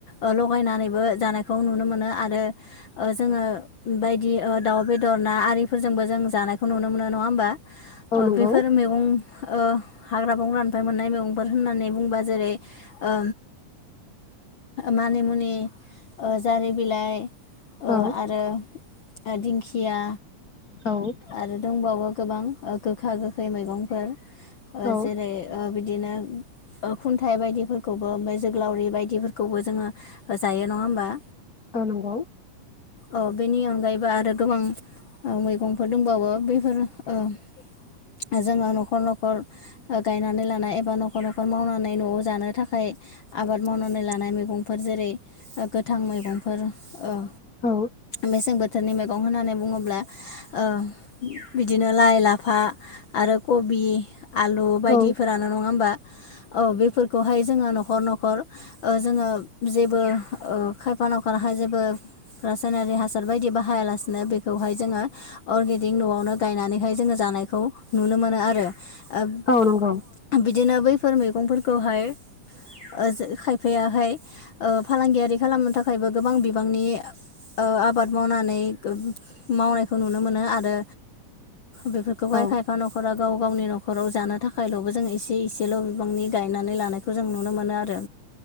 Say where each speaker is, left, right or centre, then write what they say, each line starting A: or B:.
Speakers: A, on the left; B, on the left.
A: ओ लगायनानैबो जानायखौ नुनो मोनो आरो ओ जोङो बायदि ओ दाउ बेदर ना आरिफोरजोंबो जों जानाय खौ नुनो मोनो नङा होमबा
B: औ नंगौ
A: बेफोर उम ओ हाग्रा बंग्रानिफ्राय मोननाय मैगंफोर होननानै बुङोबा जेरै ओ मानि मुनि जारि बिलाइ ओ
B: औ
A: आरो दिंखिया
B: औ
A: आरो दंबावो ओ गोबां गोखा गोखै मैगंफोर ओ
B: औ
A: जेरै ओ बिदिनो खुन्थाइ बायदिफोरखौबो ओमफ्राय जोगोलावरि बायदिफोरखौबो जोङो ओ जायो नङा होमबा।
B: ओ नंगौ।
A: अ बेनि अनगायैबो आरो गोबां ओ मैगं फोर दंबावो बेफोर ओ जोङो न'खर न'खर ओ गायनानै लानाय एबा न'खर न'खर मावनानै न'आव जानो थाखाय आबाद मावनानै लानाय मैगंफोर जेरै गोथां मैगंफोर ओ
B: औ
A: मेसें बोथोरनि मैगं होननानै बुङोब्ला ओ बिदिनो लाइ लाफा आरो कबि आलु बायदिफोरा
B: औ
A: नङा होमबा औ बेफोरखौहाय जोङो न'खर न'खर ओ जोङो जेबो ओ खायफानावखहाय जेबो रासायनारि हासार बायदि बाहायालासिनो बेखौहाय जोङो अर्गेनिक न'आवनो गायनानैहाय जोङो जानायखौ नुनो मोनो आरो ओब
B: औ नंगौ
A: बिदिनो बैफोर मैगंफोरखौहाय ओ जों खायफायाहाय ओ फालांगियारि खालामनो थाखायबो गोबां बिबांनि ओ आबाद मावनानै गोब मावनायखौ नुनो मोनो आरो बेफोरखौहाय
B: औ
A: खायफा न'खराव गाव गावनि न'खराव जानो थाखायल'बो जों एसे एसेल' बिबांनि गायनानै लानायखौ जों नुनो मोनो आरो